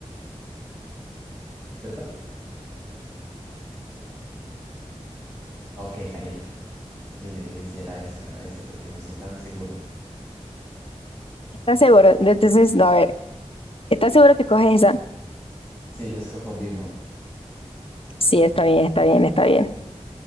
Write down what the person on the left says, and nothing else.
¿Estás seguro? Entonces, no, a ver. ¿Estás seguro que coges esa?
Sí, está bien, está bien, está bien.